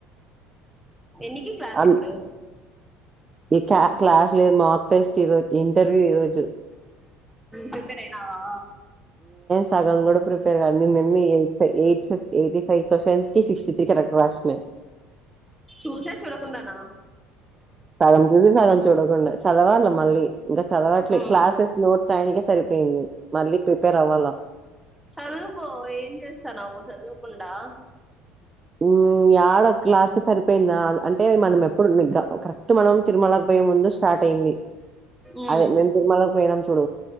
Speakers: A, in the centre; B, on the right (about 25°).
A: ఎన్నికి క్లాస్
B: అన్-
A: ఇప్పుడు
B: ఈ క క్లాస్ లేదు మా స్ట్ ఇంటర్వ్యూ ఈరోజుస్
A: ప్రిపేర్ అయినావా
B: సగం కూడా ప్రి న్న ఎయి ఎయిత్ ఎయిటీ ఫై్్వ్న్స్ కి సిక్స్టీ కరెక్ట్ హ్మ్
A: చూసా చూడకుండానా
B: సగం చూసి సగం చూడకుండా చదవాళ్ళ మళ్ళీ ఇంకా చదవట్లేదు
A: ఉమ్
B: క్లాసెస్ నోట్స్ ఆయనిక సరిపోయింది మళ్ళీ ప్రిపేర్ అవ్వాలా
A: చదువుకో ఏం చేస్తా నువ్వు చదువుకుండా
B: ఉమ్ ఏడ క్లాస్ సరిపోయింద అంటే మనం ఎప్పుడు కరెక్ట్ మనం తిరుమలకి పోయే ముందు స్టార్ట్ అయింది
A: ఉమ్
B: అదే మేము తిరుమలకి పోయినాం చూడ